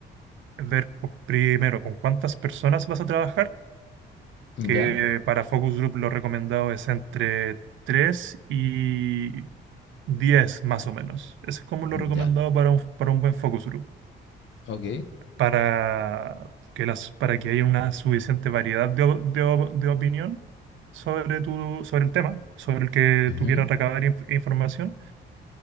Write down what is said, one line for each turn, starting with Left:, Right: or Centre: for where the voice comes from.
Right: ver co- primero con cuántas personas vas a trabajar, que
Left: Ya,
Right: para Focus Group lo recomendado es entre 3 y 10 más o menos. Ese es como lo recomendado
Left: ya.
Right: para un, para un buen Focus Group.
Left: Ok.
Right: para que las, para que haya una suficiente variedad de, o- de o- de opinión sobre tu, sobre el tema, sobre el que
Left: ujú,
Right: tú quieras recabar inf- información,